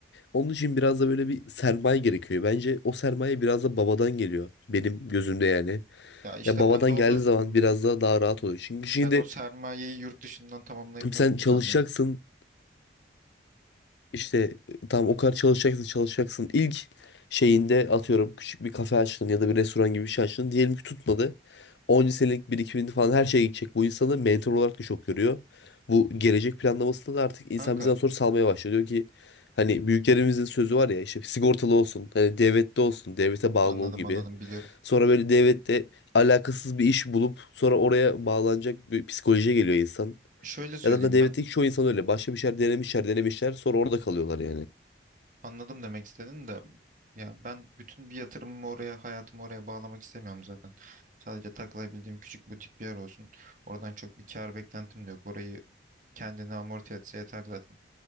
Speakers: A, on the left; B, on the right.
A: Onun için biraz da böyle bir sermaye gerekiyor. Bence o sermaye biraz da babadan geliyor. Benim gözümde yani.
B: Ya işte
A: Ya babadan
B: ben de onu
A: geldiği zaman biraz da daha rahat oluyor. Çünkü şimdi
B: Ben o sermayeyi yurt dışından tamamlamayı
A: sen
B: planlıyorum.
A: çalışacaksın. İşte tam o kadar çalışacaksın çalışacaksın. İlk şeyinde atıyorum küçük bir kafe açtın ya da bir restoran gibi bir şey açtın. Diyelim ki tutmadı. 10 senelik birikimin falan her şeye gidecek. Bu insanı mentor olarak da çok görüyor. Bu gelecek planlamasında da artık insan
B: Kanka
A: bizden sonra salmaya başlıyor. Diyor ki hani büyüklerimizin sözü var ya işte sigortalı olsun. Hani devlette olsun. Devlete bağlı
B: anladım
A: ol gibi.
B: anladım biliyorum.
A: Sonra böyle devlette alakasız bir iş bulup sonra oraya bağlanacak bir psikolojiye geliyor insan.
B: Şöyle söyleyeyim
A: Ya zaten devletteki
B: ben.
A: çoğu insan öyle. Başka bir şeyler denemişler, denemişler. Sonra orada kalıyorlar yani.
B: Anladım demek istedin de ya ben bütün bir yatırımımı oraya, hayatımı oraya bağlamak istemiyorum zaten. Sadece takılabildiğim küçük butik bir yer olsun. Oradan çok bir kar beklentim de yok. Orayı kendini amorti etse yeter zaten.